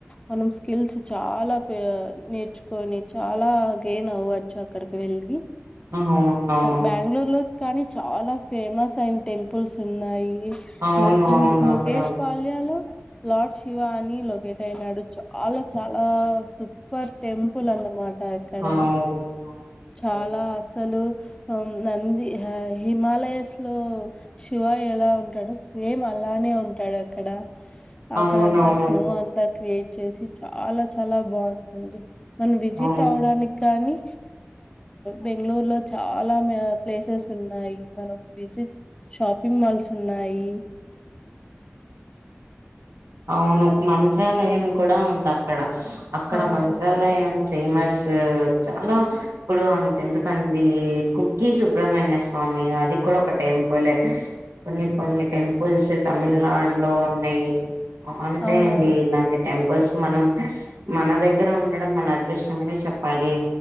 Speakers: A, on the left (about 20°); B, on the right (about 90°).
A: మనం స్కిల్స్ చాలా నేర్చుకొని చాలా గెన్ అవ్వచ్చు అక్కడికి వెళ్ళి
B: అవునవును
A: బెంగళూరు లో కానీ చాలా ఫేమస్ అయిన టెంపుల్స్ ఉన్నాయి
B: అవును
A: ము
B: అవును
A: ముర్గేష్
B: అక్కడ
A: పాల ఇయాలో లార్డ్ శివా అని లొకేట్ అయినాడు చాలా చాలా సూపర్ టెంపుల్ అన్నమాట అక్కడ
B: అవునవునండి
A: చాలా అసలు నంది హిమాలయస్ లో శివ ఎలా ఉంటాడు సేమ్ అలానే ఉంటాడు ఎక్కడ ఆక్కడ
B: అవునవును
A: అంద స్నో అంద క్రియేట్ చేసి చాలా చాలా బాగుంటుంది మనం విజిట్
B: అవును
A: అవడానికి కానీ బెంగళూరులో చాలా ప్లేసెస్ ఉన్నాయి మనం విజిట్ షాపింగ్ మాల్స్ ఉన్నాయి
B: అవును మంత చత్రాలయం కూడా ఉంది అక్కడ అక్కడ
A: అవునండి
B: మంత్రాలయం ఏ ఫేమస్ చాలా ఇప్పుడు అంత ఎందుకండి కుకిీ సుబ్ర్మణ్య స్వామి ఇది కూడా ఒక టెంపుల్ కొన్ని కొన్ని టెంపుల్స్ తమిళనాడు లో ఉన్నాయి ఉంటాయండి
A: అవునవును
B: ఇలాంటి టెంపుల్స్ మనం మన దగ్గర ఉండడం మన అదృష్ట అనే చెప్పాలి